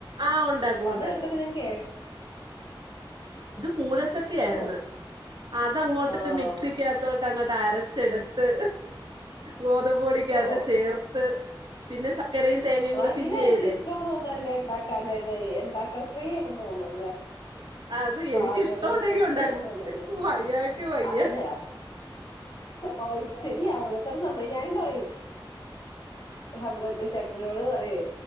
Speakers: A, on the right; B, on the left.
A: ആഹ് ഉണ്ടാക്കും
B: പലയിടത്തൊക്കെ
A: ഉണ്ടാക്കും
B: ഞാൻ കേ
A: കൂഴച്ചക്കയായിര്ന്ന്
B: ഓഹ്
A: അതങ്ങോട്ട്
B: ആഹ്
A: മിക്സിക്കത്തോ അങ്ങട്ട് അരച്ചെട്ത്ത് ഗോതപൊടിക്കത്ത്
B: ഓഹ്
A: ചേർത്ത് പിന്നെ <unintelligible> തേങ്ങയും
B: ആ
A: കൂടെ
B: എങ്കില്
A: ഫില്ല്
B: ഏറ്റൊഷ്ടാന്ന്
A: ചെയ്തേ
B: തോന്നല്ലേ ഇണ്ടാക്കാനായിട്ട് ഇണ്ടാക്കൽ പ്രിയേണന്ന് തോന്നുന്നല്ലേ.
A: അത്
B: പാചക
A: എനിക്ക് ഇഷ്ടം
B: വിദക്തെയെന്ന്
A: ഉണ്ടെങ്കി ഉണ്ടാക്കും
B: തോന്ന്ന്ന്
A: വയ്യാക്ക് വയ്യ
B: അതെന്നെ ഓ ശരിയാ ഓരോത്തരൊന്ന് അമ്പതിനാ ഞാൻ പറയും ഹസ്ബൻറ് ചെട്ടനോട് പറയേ